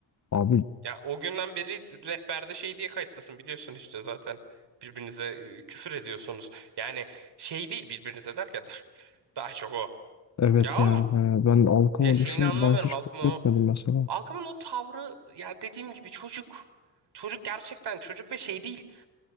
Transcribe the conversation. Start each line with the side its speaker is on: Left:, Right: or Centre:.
Left: Abi
Right: Ya o günden beri rehberde şey diye kayıtlısın biliyorsun işte zaten birbirinize e, küfür ediyorsunuz. Yani şey değil birbirinize derken <laughs> daha çok o.
Left: evet
Right: Ya
Left: yani.
Right: oğlum
Left: Hani ben halkımı
Right: ya şeyini
Left: düşünüp
Right: anlamıyorum
Left: ben hiç
Right: Alkım'ın
Left: etmedim
Right: o
Left: mesela.
Right: Alkım'ın o tavrı ya dediğim gibi çocuk. Çocuk gerçekten çocuk ve şey değil